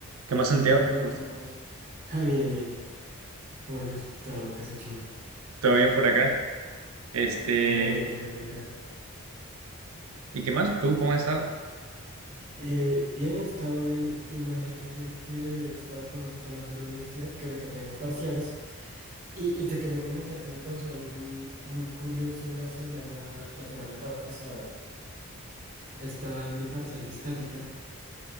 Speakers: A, on the right (about 70°); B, on the right (about 40°).
A: ¿Qué más, Santiago?
B: Hola Carlos,
A: ¿Cómo
B: ¿cómo
A: estás?
B: vas? Ah, bien, bien. ¿Cómo has estado? ¿Qué has hecho hoy?
A: ¿Todo bien por acá? Este,
B: Ah, me alegra, me alegra.
A: ¿y qué más? ¿Tú cómo has estado?
B: Eh, bien, he estado bien. Imagínate que he estado con los temas de la universidad, que ahorita tengo parciales. Y, y te quería comentar que me pasó algo muy, muy curioso la semana, la semana pasada. Estaba en mi parcial de estática.